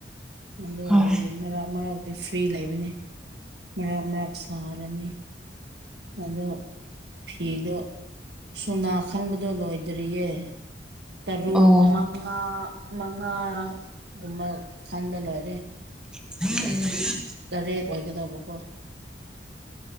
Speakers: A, on the right; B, in the centre.
A: ꯑꯗꯨ
B: ꯍꯣꯏ
A: ꯑꯣꯏꯕꯒꯤ ꯃꯔꯛ ꯃꯔꯛꯇꯤ ꯐ꯭ꯔꯤ ꯂꯩꯕꯅꯤ ꯃꯔꯛ ꯃꯔꯛ ꯁꯥꯔꯅꯤ ꯑꯗꯣ ꯐꯤꯗꯣ ꯁꯨꯅꯥ ꯈꯪꯕꯗꯣ ꯂꯣꯏꯗ꯭ꯔꯤꯌꯦ ꯇꯔꯨꯛ
B: ꯑꯣ
A: ꯃꯉꯥ ꯃꯉꯥꯒꯨꯝꯕ ꯈꯟꯕ ꯂꯣꯏꯔꯦ
B: <unintelligible>
A: ꯇꯔꯦꯠ ꯑꯣꯏꯒꯗꯕꯀꯣ